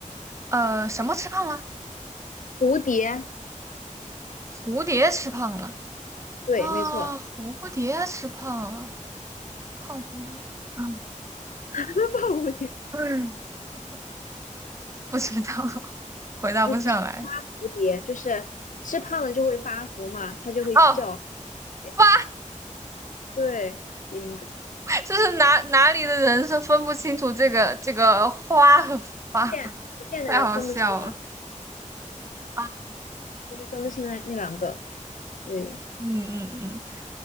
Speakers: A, on the right; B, on the left.
A: 呃，什么吃胖了？
B: 蝴蝶，
A: 蝴蝶吃胖了
B: 对，
A: 啊！
B: 没错，
A: 蝴蝶吃胖了，胖蝴蝶。嗯
B: <laughs> 胖蝴蝶，
A: 嗯，<laughs> 不知道，回答不上来。
B: 嗯，是发蝴蝶，就是吃胖了就会发福嘛，它就会叫蝴
A: 哦，
B: 蝶。
A: 发。
B: 对，谐音梗，
A: 这是哪哪里的人是分不清楚这个这个花和发，
B: 不见不见的人分不清啊
A: <laughs> 太好笑了啊
B: 就是分不清那那两个，对，
A: 嗯嗯嗯，